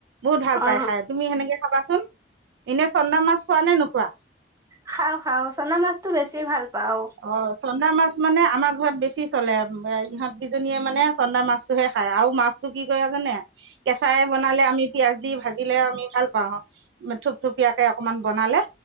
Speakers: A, on the right; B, on the right.
A: বহুত ভাল
B: অ
A: পায় খাই। তুমি সেনেকে খাবাচোন। এনে চন্দা মাছ খোৱা নে নোখোৱা
B: খাও- খাও। চন্দা মাছতটো বেছি ভাল পাও
A: অ, চন্দা মাছ মানে আমাৰ ঘৰত বেছি চলে। উম অ' ইহঁত কিজনীয়ে মানে চন্দা মাছটোহে খায়। আৰু মাছটো কি কৰে জানে? কেঁচাই বনালে, আমি পিয়াজ দি ভাজিলে আমি ভাল পাওঁ। থুপথুপিয়াকে অকনমান বনালে,